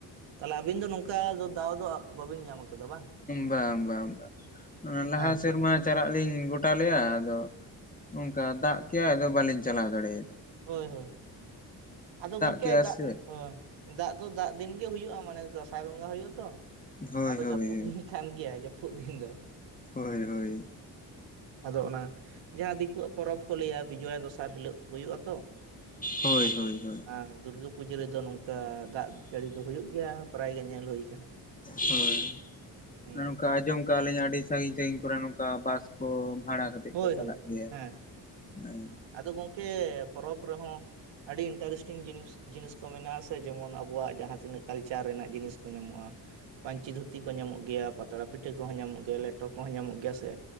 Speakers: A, on the right; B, on the left.
A: ᱛᱟᱦᱮᱞᱮ ᱟᱹᱵᱤᱱ ᱫᱚ ᱱᱚᱝᱠᱟ ᱫᱚ ᱫᱟᱣ ᱫᱚᱣᱟᱜ ᱵᱟᱹᱵᱤᱱ ᱧᱟᱢ ᱟᱠᱟᱫᱟ ᱵᱟᱝ?
B: ᱦᱩᱸ ᱵᱟᱝ ᱵᱟᱝ ᱵᱟᱝ, ᱱᱚᱭᱼᱚᱭ ᱞᱟᱦᱟ
A: ᱟᱪᱪᱷᱟ
B: ᱥᱮᱨᱢᱟ ᱪᱟᱞᱟᱜ ᱞᱤᱧ ᱜᱚᱴᱟ ᱞᱮᱜᱼᱟ, ᱟᱫᱚ ᱚᱸᱠᱟ ᱫᱟᱜ ᱠᱮᱜᱼᱟᱭ, ᱟᱫᱚ ᱵᱟᱹᱞᱤᱧ ᱪᱟᱞᱟᱣ ᱫᱟᱲᱮ ᱭᱟᱫᱟᱜᱼᱟ᱾
A: ᱦᱳᱭ ᱦᱳᱭ ᱦᱳᱭ, ᱟᱫᱚ ᱜᱚᱝᱠᱮ
B: ᱠᱮᱜᱼᱟ
A: ᱫᱟᱜ,
B: ᱥᱮ
A: ᱦᱳᱭ᱾ ᱫᱟᱜ ᱫᱚ ᱫᱟᱜ ᱫᱤᱱ ᱜᱮ ᱦᱩᱭᱩᱜᱼᱟ ᱢᱟᱱᱮ ᱫᱟᱸᱥᱟᱭ ᱵᱚᱸᱜᱟ ᱦᱩᱭᱩᱜᱼᱟ ᱛᱚ,
B: ᱦᱳᱭ
A: ᱟᱫᱚ
B: ᱦᱳᱭ
A: ᱡᱟᱹᱯᱩᱫ
B: ᱦᱳᱭ
A: ᱫᱤᱱ ᱠᱷᱟᱱ ᱜᱮᱭᱟ ᱡᱟᱹᱯᱩᱫ ᱫᱤᱱ ᱫᱚ᱾
B: ᱦᱳᱭ ᱦᱳᱭ᱾
A: ᱟᱫᱚ ᱚᱱᱟ ᱡᱟᱦᱟᱸ ᱫᱤᱠᱩᱣᱟᱜ ᱯᱚᱨᱚᱵᱽ ᱠᱚ ᱞᱟᱹᱭᱼᱟ, ᱵᱤᱡᱽᱣᱟᱭ ᱫᱚᱥᱟᱨ ᱦᱤᱞᱟᱹᱜ ᱦᱩᱭᱩᱜ-ᱟ ᱛᱚ᱾
B: ᱦᱳᱭ ᱦᱳᱭ ᱦᱳᱭ᱾
A: ᱟᱝ ᱫᱩᱨᱜᱟᱹ ᱯᱩᱡᱟᱹ ᱨᱮᱫᱚ ᱱᱚᱝᱠᱟ ᱫᱟᱜ ᱡᱟᱹᱲᱤ ᱫᱚ ᱦᱩᱭᱩᱜ ᱜᱮᱭᱟ, ᱯᱟᱨᱟᱭ ᱜᱮ ᱧᱮᱞ ᱦᱩᱭ ᱠᱟᱱᱟ
B: ᱦᱳᱭ,
A: ᱦᱩᱸ
B: ᱱᱚᱜᱼᱱᱚᱝᱠᱟ
A: ᱦᱩᱸ,
B: ᱟᱸᱡᱚᱢ ᱠᱟᱜ ᱟᱹᱞᱤᱧ ᱟᱹᱰᱤ ᱥᱟᱹᱜᱤᱧ ᱥᱟᱹᱜᱤᱧ ᱠᱚᱨᱮ ᱱᱚᱝᱠᱟ ᱵᱟᱥ ᱠᱚ ᱵᱷᱟᱲᱟ ᱠᱟᱛ ᱛᱮᱜ
A: ᱦᱳᱭ
B: ᱠᱚ ᱪᱟᱞᱟᱜ
A: ᱦᱳᱭ
B: ᱜᱮᱭᱟ,
A: ᱦᱮᱸ
B: ᱦᱮᱸ᱾
A: ᱟᱫᱚ ᱜᱚᱝᱠᱮ ᱯᱚᱨᱚᱵᱽ ᱨᱮᱦᱚᱸ ᱟᱹᱰᱤ ᱤᱱᱴᱟᱨᱮᱥᱴᱤᱝ ᱡᱤᱱᱤᱥ ᱡᱤᱱᱤᱥ ᱠᱚ ᱢᱮᱱᱟᱜᱼᱟ ᱥᱮ, ᱡᱮᱢᱚᱱ ᱟᱵᱳᱣᱟᱜ ᱡᱟᱦᱟᱸ ᱛᱤᱱᱟᱹᱜ ᱠᱟᱞᱪᱟᱨ ᱨᱮᱱᱟᱜ ᱡᱤᱱᱤᱥ ᱠᱚ ᱧᱟᱢᱚᱜᱼᱟ᱾ ᱯᱟᱹᱧᱪᱤ ᱫᱷᱩᱛᱤ ᱠᱚ ᱧᱟᱢᱚᱜ ᱜᱮᱭᱟ, ᱯᱟᱛᱲᱟ ᱯᱤᱴᱷᱟᱹ ᱠᱚᱦᱚᱸ ᱧᱟᱢᱚᱜ ᱜᱮᱭᱟ, ᱞᱮᱴᱚ ᱠᱚᱦᱚᱸ ᱧᱟᱢᱚᱜ ᱜᱮᱭᱟ ᱥᱮ?